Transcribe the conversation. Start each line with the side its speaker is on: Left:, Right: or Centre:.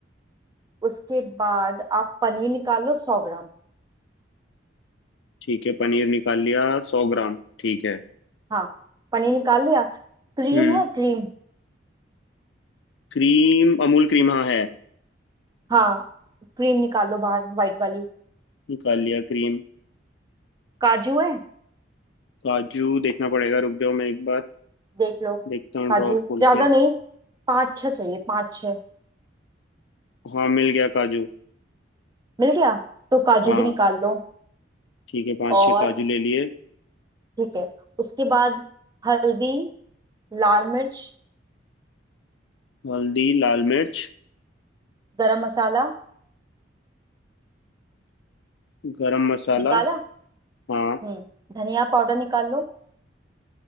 Right: उसके बाद आप पनीर निकाल लो सौ ग्राम
Left: ठीक है पनीर निकाल लिया सौ ग्राम ठीक है
Right: हाँ पनीर निकाल लिया क्रीम
Left: हम्म
Right: है क्रीम
Left: क्रीम अमूल क्रीम हाँ है
Right: हाँ क्रीम निकाल लो बाहर वाइट वाली
Left: निकाल लिया क्रीम
Right: काजू है
Left: काजू देखना पड़ेगा रुक जाओ मैं एक बार
Right: देख लो
Left: देखता हूँ
Right: काजू
Left: ड्रॉर खोल
Right: ज्यादा
Left: के
Right: नहीं पाँच छह चाहिए पाँच छह
Left: हाँ मिल गया काजू
Right: मिल गया तो काजू
Left: हाँ
Right: भी निकाल लो
Left: ठीक है पांच
Right: और
Left: छह काजू ले लिए
Right: ठीक है उसके बाद हल्दी लाल मिर्च
Left: हल्दी लाल मिर्च
Right: गरम मसाला
Left: गरम मसाला
Right: निकाला
Left: हाँ
Right: हम्म धनिया पाउडर निकाल लो